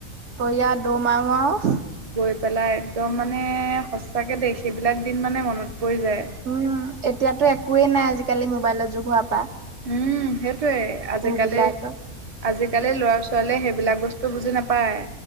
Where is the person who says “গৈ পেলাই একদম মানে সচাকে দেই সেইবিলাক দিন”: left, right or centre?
Right